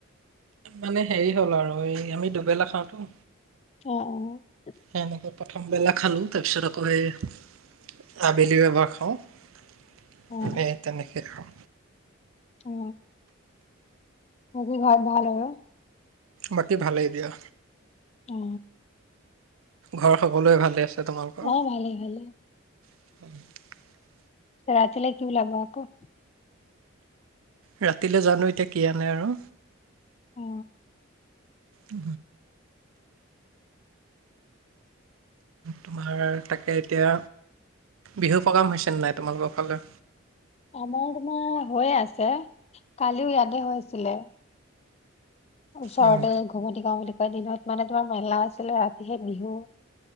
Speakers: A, on the right; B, on the left.
A: মানে হেৰি হ'ল আৰু এই আমি দুবেলা খাওঁতো
B: অ অ
A: সেনেকে প্ৰথমবেলা খালো তাৰপিছত আকৌ সেই আবেলিও এবাৰ খাওঁ
B: অ
A: এই তেনেকেই খাওঁ
B: অ বাকী ঘৰত ভাল আৰু
A: বাকী ভালেই দিয়া
B: অ
A: ঘৰ সকলোৱে ভালে আছে তোমালোকৰ
B: অ ভালে ভালে
A: <unintelligible>
B: ৰাতি লে কি ওলাব আকৌ
A: ৰাতিলৈ জানো এতিয়া কি আনে আৰু
B: অ
A: উ তোমাৰ তাকে এতিয়া বিহু প্ৰগ্ৰাম হৈছেনে নাই তোমালোকৰ ফালে
B: আমাৰ তোমাৰ হৈ আছে কালিও ইয়াতে হৈছিলে ওচৰতে
A: উম,
B: ঘুমতি গাওঁ বুলি ক দিনত মানে তোমাৰ মেলা আছিলে ৰাতি হে বিহু